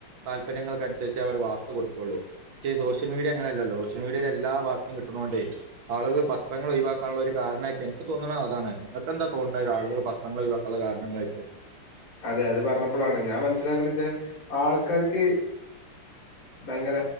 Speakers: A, on the right; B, on the left.
A: താല്പര്യങ്ങൾക്ക് അനുസരിച്ച് അവർ വാർത്ത കൊട്ക്കള്ളു പക്ഷേ ഈ സോഷ്യൽ മീഡിയ അങ്ങനെല്ലല്ലോ ഷ്യൽ മീഡിയയില് എല്ലാ വാർത്തയും കിട്ടുന്നോണ്ടേ ആള്കള് പത്രങ്ങൾ ഒഴിവാക്കാൻള്ള ഒരു കാരണായിട്ട് എനിക്ക് തോന്ന്ണ അതാണ് നിങ്ങൾക്കെന്താ തോൺണേ ആളുകള് പത്രങ്ങൾ ഒഴിവാക്കാനുള്ള കാരണങ്ങളായിട്ട്
B: അതെ അത് പറഞ്ഞപ്പളാണ് ഞാൻ മനസ്സിലാക്ക്ണെച്ചാ ആൾക്കാര്ക്ക് ഭയങ്കര